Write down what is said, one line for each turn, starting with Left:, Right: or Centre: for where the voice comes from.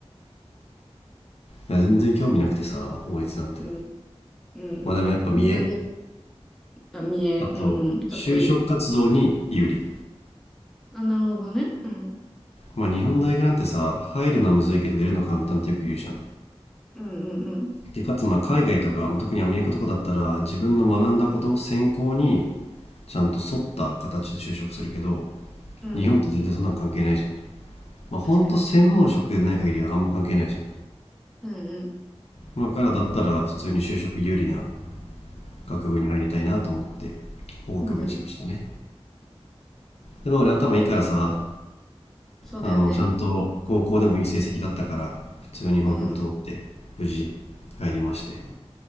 Left: 全然興味なくてさ法律なんて
Centre: う。うん、うん。
Left: まあでもやっぱ見え
Centre: なんで、あ、見え、
Left: あと就職活動に有利
Centre: うん、かっこいい。あ、なるほどね。うん、
Left: まあ日本大学なんてさ入るのはむずいけど出るの簡単ってよく言うじゃん
Centre: うん、うん、うん。
Left: でかつまあ海外とか特にアメリカとかだったら自分の学んだこと専攻にちゃんと沿った形で就職するけど
Centre: うん、
Left: 日本って全然そんなん関係ないじゃんまあほんと専門職でない限りはあんま関係ないじゃん
Centre: 確かに。うん、
Left: まあ、からだったら普通に就職有利な学部に入りたいなと思って法学部にしましたね
Centre: うん、うん。
Left: でも俺頭いいからさ
Centre: なるほど。そうだよね。
Left: あのちゃんと高校でもいい成績だったから普通に法学部通って無事入りまして
Centre: うん、